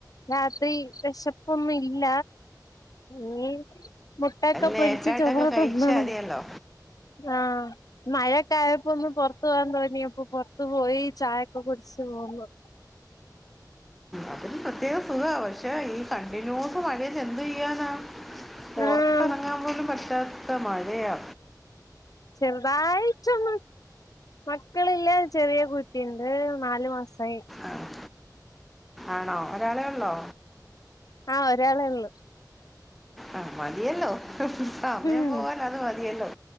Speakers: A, on the left; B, in the centre.
A: രാത്രി വിശപ്പ ഒന്നുല്ല ഇല്ല ഇനി മുട്ടക്ക
B: ലേറ്റായിട്ടൊക്കെ
A: പൊരിച്ച് ചോറ്
B: കഴിച്ചാൽ
A: തിന്നണം
B: മതിയല്ലോ
A: ആഹ മഴക്കെ ആയപ്പോഒന്ന് പുറത്തു പോവാൻ തോന്നിയ പൊറത്ത് പോത്ത് പോയി ചായക്കെ കുടിച്ച് പോന്നു
B: അതിന് പ്രത്യേകം സുഖമാണ് പക്ഷേ ഈ കണ്ടിന്യൂസ് മഴെന്ത്‌ ചെയ്യാനാണ് പുറത്ത്
A: ആഹ്
B: ഇറങ്ങാൻ പോലും പറ്റാത്ത മഴയാ
A: ചെറുതായിട്ട് ഒന്ന് മക്കളല്ലേ ചെറിയ കുട്ടിണ്ട് നാല് മാസമായി
B: ആഹ് ആണോ ഒരാളെ ഉള്ളോ
A: ആഹ് ഒരാളെ ഒള്ളു
B: ആഹ് മതിയല്ലോ സമയം
A: ഉം
B: പോവാൻ അത് മതിയല്ലോ